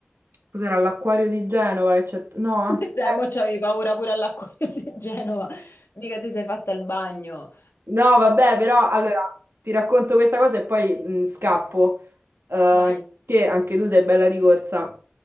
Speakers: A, on the right; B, on the left.
A: cos'era, all'acquario di Genova, che c'è- no, anzi,
B: <laughs> Dai,
A: eh,
B: mo c'avevi paura pure all'acquario <laughs> di Genova. Mica ti sei fatta il bagno.
A: No, vabbè, però allora ti racconto questa cosa e poi mh, scappo, Eh,
B: Vai.
A: che anche tu sei bella di corsa.